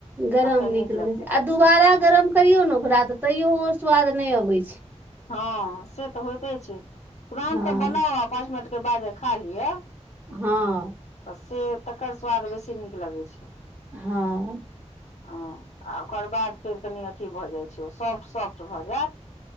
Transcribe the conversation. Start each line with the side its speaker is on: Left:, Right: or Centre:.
Right: गरम
Left: एखन
Right: निक
Left: नीक
Right: लगै
Left: लगतै
Right: छै। आ दू दुबारा गरम करियों ने ओकरा, तऽ तैयो ऊ स्वाद नै अबे छैय।
Left: हँ से तऽ होइते छै, तुरन्तऽ
Right: हँ
Left: बनाउ आ पाँच मिनट के बाद जे खा लिअ।
Right: हँऽ।
Left: से तकर स्वाद बेसी नीक लगैत छै।
Right: हँ।
Left: हँ आ ओकर बाद फेर कनि अथि भऽ जाइ छै, सॉफ्ट सॉफ्ट भऽ जायत।